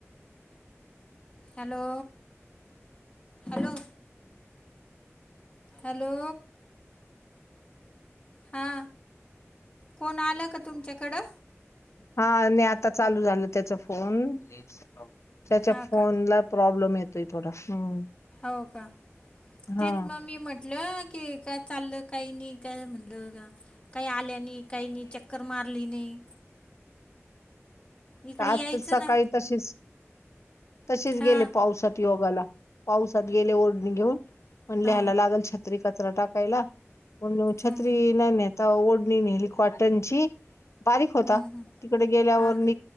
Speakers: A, on the left (about 25°); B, on the left (about 70°).
A: हॅलो हॅलो हॅलो हा कोण आलं का तुमच्याकडं
B: हा आता चालू झालं त्याचा फोन त्याच्या
A: हा
B: फोन
A: का
B: ला प्रॉब्लेम येतोय थोडा हम्म.
A: हो का तेच
B: हा
A: मग मी म्हटलं की काय चाललं काही नाही. काय म्हणलं काय काही आल्या नाही काही नाही चक्कर मारली नाही. इकडे
B: आजच
A: यायचं
B: सकाळी
A: ना
B: तशीच तसेच
A: हा
B: गेली पावसात योगाला पावसात गेले ओढणी घेऊन म्हणले
A: हा
B: याला लागल छ त्री कचरा टाकायला पण छत्री
A: हम्म
B: नाही नेहत. ओढणी नेली कॉटनची बारीक होता
A: हम्म हम्म
B: तिकडे गेल्यावर
A: हा का